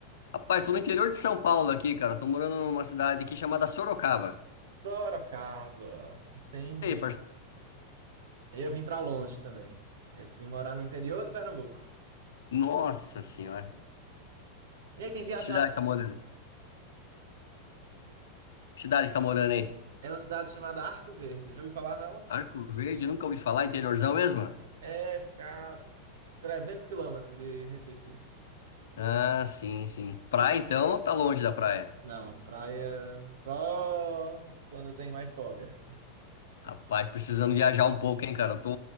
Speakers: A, on the left (about 60°); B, on the right (about 60°).
A: Rapaz, tô no interior de São Paulo aqui, cara. Tô morando numa cidade aqui chamada Sorocaba.
B: Sorocaba, entendi.
A: E aí, parceiro?
B: Eu vim pra longe também. Eu vim morar no interior do Pernambuco.
A: Nossa senhora.
B: E aí, tem viajado?
A: Que cidade tá morando? Que cidade você tá morando aí?
B: É uma cidade chamada Arco Verde. Já ouviu falar nela?
A: Arco Verde, nunca ouvi falar, interiorzão mesmo?
B: É, fica a 300 quilômetros de Recife.
A: Ah, sim, sim. Praia, então, tá longe da praia.
B: Não, praia só quando tem mais folga.
A: Rapaz, precisando viajar um pouco, hein, cara. Eu tô